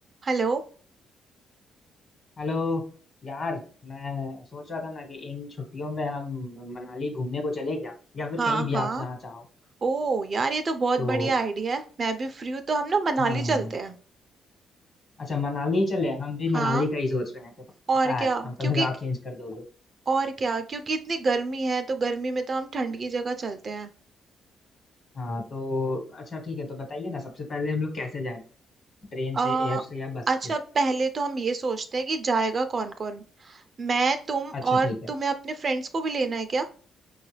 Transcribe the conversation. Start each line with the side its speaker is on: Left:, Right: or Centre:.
Right: Hello
Left: Hello यार मैं सोच रहा था ना कि इन छुट्टियों में हम मनाली घूमने को चले क्या या फिर
Right: हाँ
Left: कहीं भी
Right: हाँ
Left: आप जहाँ चाहो
Right: ओ यार ये तो बहुत
Left: तो
Right: बढ़िया आइडिया है मैं भी फ्री हूँ तो हम ना मनाली
Left: हाँ
Right: चलते हैं
Left: अच्छा मनाली चले हम भी
Right: हाँ
Left: मनाली का ही सोच रहे हैं तो
Right: और
Left: पता
Right: क्या
Left: है हमको
Right: क्योंकि
Left: लगा आप चेंज कर दोगे
Right: और क्या क्योंकि इतनी गर्मी है तो गर्मी में तो हम ठंड की जगह चलते हैं
Left: हाँ तो अच्छा ठीक है तो बताइए ना सबसे पहले हम लोग कैसे जाएं ट्रेन से
Right: आ,
Left: एयर से या बस
Right: अच्छा
Left: से
Right: पहले तो हम ये सोचते हैं कि जाएगा कौन कौन मैं तुम
Left: अच्छा
Right: और
Left: ठीक है
Right: तुम्हें अपने फ्रेंड्स को भी लेना है क्या